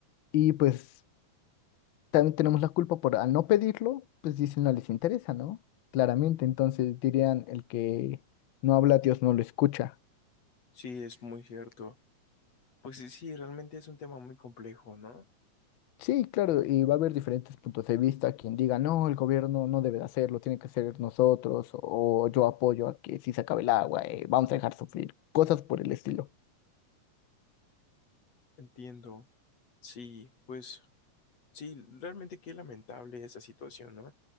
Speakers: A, on the left (about 80°); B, on the left (about 60°).
A: y pues también tenemos la culpa por al no pedirlo, pues dicen no les interesa, ¿no? Claramente, entonces dirían el que no habla, Dios no lo escucha.
B: Sí, es muy cierto. Pues sí, sí, realmente es un tema muy complejo, ¿no?
A: Sí, claro, y va a haber diferentes puntos de vista, quien diga, no, el gobierno no debe de hacerlo, tiene que ser nosotros, o yo apoyo a que si se acabe el agua, eh, vamos a dejar sufrir, cosas por el estilo.
B: Entiendo. Sí, pues Sí, realmente qué lamentable esa situación, ¿no?